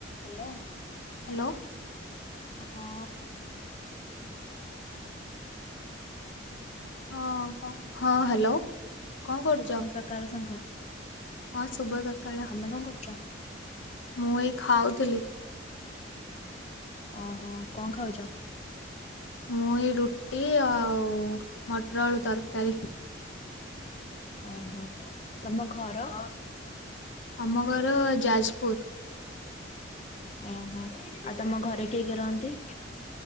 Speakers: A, on the left (about 35°); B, on the left (about 70°).
A: Hello.
B: Hello.
A: ହଁ।
B: ହଁ ହଁ। ହ୍ୟାଲୋ। କଣ କରୁଛ?
A: ସୁଭ ସକାଳ ସାଙ୍ଗ ।
B: ହଁ ଶୁଭ ସକାଳ,
A: କଣ କରୁଛ?
B: ମୁଁ ଏଇ ଖାଉଥିଲି।
A: ଓହୋ କଣ ଖାଉଛ?
B: ମୁଇ ରୁଟି ଆଉ ମଟର ଆଳୁ ତରକାରୀ।
A: ଓହୋ ତମ ଘର?
B: ଆମ ଘର ଯାଜପୁର।
A: ଓହୋ। ଆଉ ତମ ଘରେ କିଏ କିଏ ରହନ୍ତି?